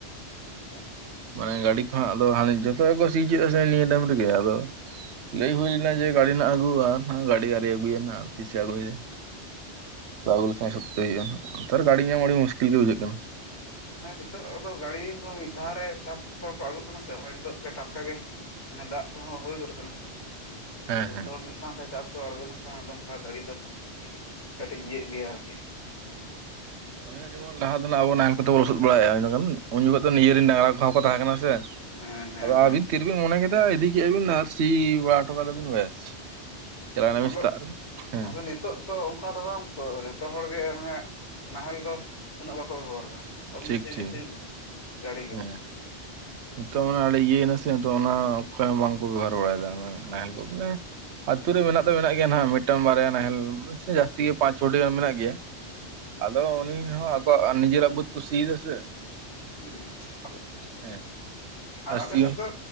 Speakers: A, on the left; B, on the right.
A: ᱟᱪᱪᱷᱟ ᱟᱪᱪᱷᱟ
B: ᱢᱟᱱᱮ ᱜᱟᱹᱰᱤ ᱠᱚ ᱦᱟᱸᱜ ᱟᱫᱚ ᱦᱟᱱᱮ ᱡᱚᱛᱚ ᱜᱮ ᱠᱚ ᱥᱤ ᱦᱚᱪᱚᱭᱮᱫᱟ ᱥᱮ ᱱᱤᱭᱟᱹ ᱴᱟᱭᱤᱢ ᱨᱮᱜᱮ ᱟᱫᱚ ᱞᱟᱹᱭ ᱦᱩᱭ ᱞᱮᱱᱟ ᱡᱮ ᱜᱟᱹᱰᱤ ᱱᱟᱜ ᱟᱹᱜᱩ ᱜᱟᱹᱰᱤ ᱟᱹᱣᱨᱤ ᱟᱹᱜᱩᱭᱟᱭ ᱱᱟᱜ ᱛᱤᱥᱮ ᱟᱹᱜᱩᱭᱟ᱾
A: <inaudible>
B: ᱛᱚᱞᱮ
A: ᱟᱪᱪᱷᱟ
B: ᱠᱷᱟᱱ ᱥᱚᱠᱛᱮ ᱤᱭᱟᱹ ᱦᱩᱭᱩᱜᱼᱟ ᱱᱟᱜ ᱱᱮᱛᱟᱨ ᱜᱟᱹᱰᱤ ᱧᱟᱢ ᱟᱹᱰᱤ ᱢᱩᱥᱠᱤᱞ ᱜᱮ ᱵᱩᱡᱷᱟᱹᱜ ᱠᱟᱱᱟ᱾
A: ᱦᱮᱸ ᱱᱤᱛᱚᱜ ᱫᱚ ᱜᱟᱹᱲᱤ ᱦᱚᱸ ᱢᱤᱫ ᱫᱷᱟᱣ ᱨᱮ ᱪᱟᱥ ᱡᱚᱛᱚ ᱦᱚᱲ ᱠᱚ ᱟᱹᱬᱜᱩᱜ ᱠᱟᱱᱟ ᱥᱮ, ᱱᱚᱜᱚᱭ ᱱᱤᱛᱚᱜ ᱜᱮ ᱴᱟᱴᱠᱟ ᱜᱮ ᱚᱱᱮ ᱫᱟᱜ ᱠᱚᱦᱚᱸ ᱦᱩᱭ ᱜᱚᱫ ᱠᱟᱱᱟ᱾
B: ᱦᱮᱸ
A: ᱡᱷᱚᱛᱚ
B: ᱦᱮᱸ
A: ᱦᱚᱲ ᱢᱤᱫ ᱥᱟᱶᱛᱮ ᱪᱟᱥ ᱠᱚ ᱟᱬᱜᱚ ᱞᱮᱱᱠᱷᱟᱱ ᱟᱫᱚ ᱚᱱᱠᱟ ᱜᱟᱹᱲᱤ ᱫᱚ ᱠᱟᱹᱴᱤᱡ ᱤᱭᱟᱹᱜ ᱜᱮᱭᱟ ᱟᱨᱠᱤ᱾
B: ᱚᱱᱮ ᱡᱮᱚᱱ ᱞᱟᱦᱟ ᱫᱚ ᱱᱟᱜ ᱟᱵᱚ ᱱᱟᱦᱮᱞ ᱠᱚᱛᱮ ᱵᱚᱱ ᱞᱚᱥᱚᱫ ᱵᱟᱲᱟᱭᱮ-ᱟ ᱤᱱᱟᱹ ᱠᱷᱟᱱ ᱩᱱ ᱡᱚᱠᱷᱚᱡ ᱫᱚ ᱱᱤᱡᱮᱨᱮ ᱰᱟᱝᱨᱟ ᱠᱚᱦᱚᱸ ᱠᱚ ᱛᱟᱦᱮᱸ ᱠᱟᱱᱟ, ᱥᱮ
A: ᱦᱮᱸ ᱦᱮᱸ
B: ᱟᱫᱚ
A: ᱦᱮᱸ
B: ᱟᱹᱵᱤᱱ ᱛᱤᱨᱵᱤᱱ ᱢᱚᱱᱮ ᱠᱮᱫᱟ ᱤᱫᱤ ᱠᱮᱫᱟ ᱵᱤᱱ ᱟᱨ ᱥᱤ ᱵᱟᱲᱟ ᱦᱚᱴᱚ ᱠᱟᱫᱟᱵᱤᱱ ᱵᱮᱥ᱾ ᱪᱟᱞᱟᱣ ᱮᱱᱟ ᱵᱤᱱ
A: ᱟᱫᱚ
B: ᱥᱮᱛᱟᱜ ᱨᱮ ᱦᱮᱸ
A: ᱟᱵᱤᱱ ᱱᱤ ᱛᱚᱜ ᱫᱚ ᱚᱱᱠᱟ ᱫᱚ ᱵᱟᱝ ᱛᱚ ᱡᱚᱛᱚ ᱦᱚᱲ ᱜᱮ ᱟᱱᱮ ᱱᱟᱦᱮᱞ ᱫᱚ ᱩᱱᱟᱹᱜ ᱵᱟᱠᱚ ᱵᱮᱵᱚᱦᱟᱨ ᱫᱟ᱾ ᱠᱚᱢ
B: ᱴᱷᱤᱠ
A: ᱵᱮᱥᱤ
B: ᱴᱷᱤᱠ
A: ᱢᱮᱥᱤᱱ ᱜᱮ ᱜᱟᱰᱤ ᱜᱮ᱾
B: ᱦᱮᱸ ᱱᱤᱛᱚᱜ ᱢᱟᱱᱮ ᱟᱹᱰᱤ ᱤᱭᱟᱹᱭᱱᱟᱥᱮ ᱱᱤᱛᱚᱜ ᱚᱱᱟ ᱚᱠᱚᱭ ᱦᱚᱸ ᱵᱟᱝᱠᱚ ᱵᱮᱵᱚᱦᱟᱨ ᱵᱟᱲᱟᱭᱮᱫᱟ ᱱᱟᱦᱮᱞ ᱠᱚ ᱫᱚ ᱢᱟᱱᱮ, ᱟᱛᱩ ᱨᱮ ᱢᱮᱱᱟᱜ ᱫᱚ ᱢᱮᱱᱟᱜ ᱜᱮᱭᱟ ᱱᱟᱜ ᱢᱤᱫᱴᱟᱝ ᱵᱟᱨᱭᱟ ᱱᱟᱦᱮᱞ ᱱᱤᱥᱪᱟᱹᱭ ᱡᱟᱹᱥᱛᱤ ᱜᱮ ᱯᱟᱸᱪ ᱪᱷᱚᱴᱤ ᱜᱟᱱ ᱢᱮᱱᱟᱜ ᱜᱮᱭᱟ᱾ ᱟᱫᱚ ᱩᱱᱤ ᱦᱚᱸ ᱟᱠᱚᱣᱟᱜ ᱱᱤᱡᱮᱨᱟᱜ ᱵᱟᱹᱫᱠᱚ ᱥᱤᱭ ᱫᱟ ᱥᱮ᱾
A: ᱦᱩᱸ ᱟᱪᱪᱷᱟ ᱟᱫᱚ
B: ᱦᱮᱸ
A: ᱟᱨ ᱟᱞᱮ
B: ᱥᱤ
A: ᱥᱮᱫ
B: ᱦᱚᱸ
A: ᱫᱚ